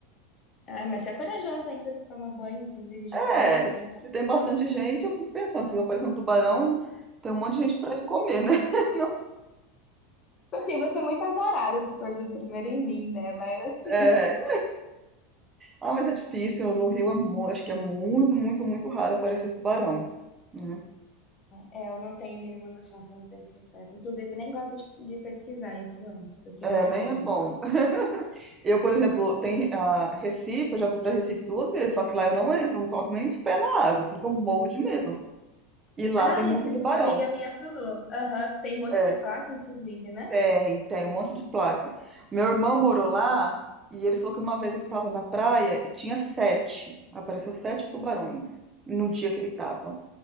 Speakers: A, on the left (about 30°); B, on the right (about 20°).
A: ai, mas você é corajosa ainda, se toma banho, inclusive, de
B: É,
A: praia. Tipo
B: se tem bastante gente, eu fico pensando, se aparecer um tubarão, tem um monte de gente para ele comer, né? <laughs>
A: Assim, você é muito azarada se for vir primeiro em mim, né? Mas assim.
B: É.
A: <laughs>
B: Ah, mas é difícil, no Rio é mu- acho que é muito, muito, muito raro aparecer tubarão. né?
A: É, é, eu não tenho a mínima noção, sendo bem sincera. Inclusive, nem gosto de, de pesquisar isso antes, porque
B: É,
A: vai
B: nem
A: que,
B: é
A: né?
B: bom. Eu, por exemplo, tem a Recife, eu já fui para Recife duas vezes, só que lá eu não entro, não coloco nem os pés na água, porque eu morro de medo. E lá
A: Ah,
B: tem
A: Recife,
B: muito tubarão.
A: uma amiga minha falou. Aham, tem um monte
B: É,
A: de placa, inclusive, né?
B: Tem, tem um monte de placa. Meu irmão morou lá e ele falou que uma vez ele estava na praia e tinha sete. Apareceu sete tubarões no dia que ele estava.